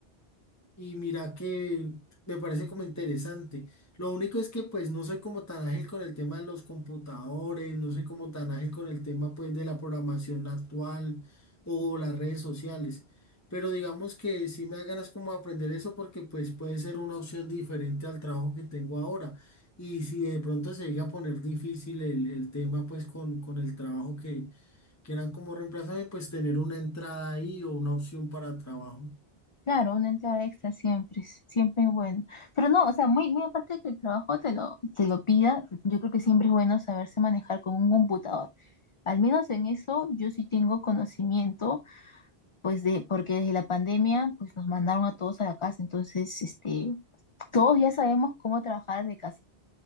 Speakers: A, on the left; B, on the left.
A: Y mira que me parece como interesante. Lo único es que pues no soy como tan ágil con el tema de los computadores, no soy como tan ágil con el tema pues de la programación actual o las redes sociales. Pero digamos que sí me da ganas como de aprender eso porque pues puede ser una opción diferente al trabajo que tengo ahora. Y si de pronto se llega a poner difícil el, el tema pues con, con el trabajo que quieran como reemplazarme, pues tener una entrada ahí o una opción para trabajo.
B: Claro, una entrada extra siempre, es- siempre es bueno. Pero no, o sea, muy, muy aparte de que el trabajo te lo, te lo pida, yo creo que siempre es bueno saberse manejar con un computador. Al menos en eso yo sí tengo conocimiento pues de, porque desde la pandemia, pues nos mandaron a todos a la casa, entonces, este, todos ya sabemos cómo trabajar de casa.